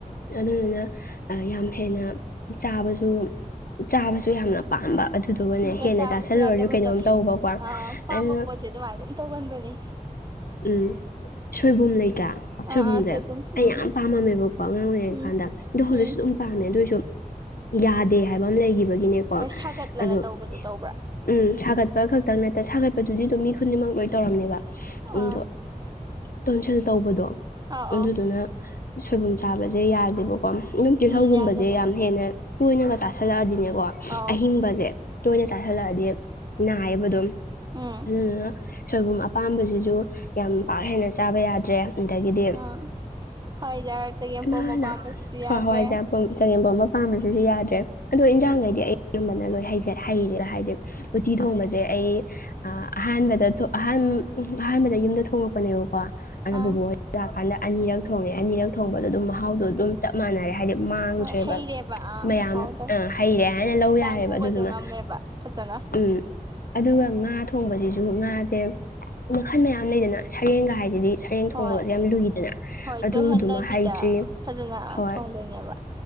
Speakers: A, on the left; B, on the right.
A: ꯑꯗꯨꯗꯨꯅ ꯌꯥꯝ ꯍꯦꯟꯅ ꯆꯥꯕꯁꯨ ꯑꯗꯨ ꯆꯥꯕꯁꯨ ꯌꯥꯝꯅ ꯄꯥꯝꯕ ꯑꯗꯨꯗꯨꯒꯅꯦ
B: ꯑꯗꯨꯒ
A: ꯍꯦꯟꯅ
B: ꯆꯥꯕꯁꯨ
A: ꯆꯥꯁꯤꯜꯂꯨꯔꯁꯨ
B: ꯌꯥꯗꯕꯗꯣ
A: ꯀꯩꯅꯣꯝ ꯇꯧꯕꯀꯣ
B: ꯑꯥ ꯄꯥꯝꯕ
A: ꯑꯗꯨꯅ
B: ꯄꯣꯠꯁꯦ ꯑꯗꯨꯃꯥꯏꯅ ꯑꯗꯨꯝ ꯇꯧꯒꯟꯕꯅꯤ
A: ꯎꯝ ꯁꯣꯏꯕꯨꯝ ꯂꯩꯇ꯭ꯔꯥ ꯁꯣꯏꯕꯨꯝꯁꯦ
B: ꯑꯥ ꯑꯥ ꯁꯣꯏꯕꯨꯝ
A: ꯑꯩ
B: ꯎꯝ
A: ꯌꯥꯝ ꯄꯥꯝꯃꯝꯃꯦꯕꯀꯣ ꯑꯉꯥꯡ ꯑꯣꯏꯔꯤꯉꯩ
B: ꯎꯝ
A: ꯀꯥꯟꯗ ꯑꯗꯣ ꯍꯧꯖꯤꯛꯁꯨ
B: ꯎꯝ
A: ꯑꯗꯨꯝ ꯄꯥꯝꯃꯦ ꯑꯗꯨꯏꯁꯨ ꯌꯥꯗꯦ ꯍꯥꯏꯕ ꯑꯃ ꯂꯩꯈꯤꯕ ꯅꯦꯀꯣ
B: ꯍꯣꯏ ꯁꯥꯒꯠꯂꯒ
A: ꯑ
B: ꯇꯧꯕꯗꯣ ꯇꯧꯕ꯭ꯔꯥ
A: ꯎꯝ ꯁꯥꯒꯠꯄ ꯈꯛꯇ ꯅꯠꯇ ꯁꯥꯒꯠ ꯑꯗꯨꯗꯤꯗꯣꯝ ꯃꯤ ꯈꯨꯗꯤꯅꯤꯃꯛ ꯂꯣꯏ ꯇꯧꯔꯝꯃꯦꯕ
B: ꯑꯥ
A: ꯑꯗꯣ ꯀꯣꯟꯁꯦꯜ ꯇꯧꯕꯗꯣ
B: ꯑꯥ
A: ꯑꯗꯨꯗꯨꯅ
B: ꯑꯥ
A: ꯁꯣꯏꯕꯨꯝ ꯆꯥꯕꯁꯦ ꯌꯥꯗꯦꯕ ꯀ ꯌꯨꯝ ꯇꯤꯜꯍꯧꯒꯨꯝꯕꯁꯦ
B: ꯎꯝ ꯌꯥꯗꯕꯅꯤ
A: ꯌꯥꯝ ꯍꯦꯟꯅ ꯇꯣꯏꯅꯒ ꯇꯥꯁꯜꯂꯛꯑꯗꯤꯅꯦꯀꯣ
B: ꯑꯥꯎ
A: ꯑꯍꯤꯡꯕꯁꯦ ꯇꯣꯏꯅ ꯆꯥꯥꯁꯜꯂꯛꯑꯗꯤ ꯅꯥꯏꯌꯦꯕ ꯑꯗꯨꯝ
B: ꯎꯝ
A: ꯑꯗꯨꯗꯨꯅ ꯁꯣꯏꯕꯨꯝ ꯑꯄꯥꯝꯕꯁꯤꯁꯨ ꯌꯥꯝ ꯄꯥꯛ ꯍꯦꯟꯅ ꯆꯥꯕ ꯌꯥꯗ꯭ꯔꯦ ꯑꯗꯒꯤꯗꯤ
B: ꯑꯥ ꯍꯣꯏ ꯌꯥꯔꯛꯇꯒꯤ
A: ꯏꯃꯥꯅ
B: ꯄꯣꯝ ꯃꯄꯥꯝꯕꯁꯤꯁꯨ
A: ꯍ
B: ꯌꯥꯗ꯭ꯔꯦ
A: ꯍꯋꯥꯏꯖꯥꯄ ꯆꯉꯦꯝꯐꯝ ꯑꯃ ꯄꯥꯝꯕꯁꯤꯁꯨ ꯌꯥꯗ꯭ꯔꯦ ꯑꯗꯣ ꯏꯟꯖꯥꯡꯈꯩꯗꯤ ꯑꯩ ꯑꯔꯕꯅ ꯂꯣꯏ ꯍꯩꯦ ꯍꯩꯔꯦꯒ ꯍꯥꯏꯗꯤ ꯎꯇꯤ ꯊꯣꯡꯕꯁꯦ ꯑꯩ ꯑꯍꯥꯟꯕꯗ ꯑꯍꯥꯟꯕ ꯑꯍꯥꯟꯕꯗ ꯌꯨꯝꯗ ꯊꯣꯡꯉꯛꯄꯅꯦꯕꯀꯣ ꯑ
B: ꯑꯥ
A: ꯕꯣ ꯍꯣꯏ ꯂꯥꯛꯀꯥꯟꯗ ꯑꯅꯤꯔꯛ ꯊꯣꯡꯉꯦ ꯑꯅꯤꯔꯛ ꯊꯣꯡꯕꯗꯣ ꯑꯗꯨꯝ ꯃꯍꯥꯎꯗꯣ ꯑꯗꯨꯝ ꯆꯞ ꯃꯥꯟꯅꯔꯦ ꯍꯥꯏꯗꯤ ꯃꯥꯡꯗ꯭ꯔꯦꯕ
B: ꯍꯣꯏ ꯍꯩꯔꯦꯕ ꯑꯥ
A: ꯃꯌꯥꯝ
B: ꯃꯍꯥꯎꯗꯣ
A: ꯑ ꯍꯩꯔꯦ ꯍꯥꯏꯅ ꯂꯧ
B: ꯆꯥꯡ
A: ꯌꯥꯔꯦꯕ
B: ꯄꯨꯕꯗꯣ
A: ꯑꯗꯨꯗꯨꯃ
B: ꯉꯝꯃꯦꯕ ꯐꯖꯅ
A: ꯎꯝ ꯑꯗꯨꯒ ꯉꯥ ꯊꯣꯡꯕꯁꯤꯁꯨ ꯉꯥ ꯁꯦ ꯃꯈꯜ ꯃꯌꯥꯝ ꯂꯩꯗꯅ ꯁꯔꯦꯡꯒ ꯍꯥꯏꯁꯤꯗꯤ ꯁꯔꯦꯡ ꯊꯣꯡꯕꯒꯁꯨ
B: ꯍꯣꯏ
A: ꯌꯥꯝ ꯂꯨꯏꯗꯅ
B: ꯍꯣꯏ
A: ꯑꯗꯨꯗꯨꯃ
B: ꯇꯣꯏꯍꯟꯗꯕꯤꯗ
A: ꯍꯩꯇ꯭ꯔꯤ
B: ꯐꯖꯅ
A: ꯍꯣꯏ
B: ꯊꯣꯡꯗꯣꯏꯅꯦꯕ